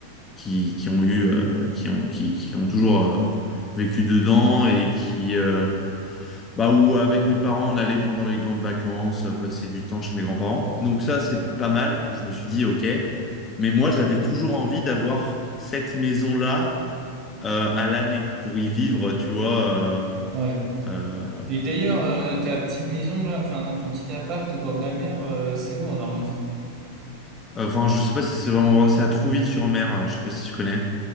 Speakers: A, on the left (about 20°); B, on the right (about 35°).
A: qui qui ont eu euh, qui ont qui, qui ont toujours euh, vécu dedans et qui euh, bah où avec mes parents on allait pendant les grandes vacances euh, passer du temps chez mes grands-parents. Donc ça c'est pas mal. Je me suis dit ok, mais moi j'avais toujours envie d'avoir cette maison là à l'année pour y vivre, tu vois. euh,
B: ouais.
A: euh,
B: Et d'ailleurs, euh, ta petite maison là, enfin non, ton petit appart au bord de la mer, euh, c'est où en Normandie?
A: enfin, je sais pas si c'est vraiment vrai, c'est à Trouville-sur-Mer, euh, je sais pas si tu connais.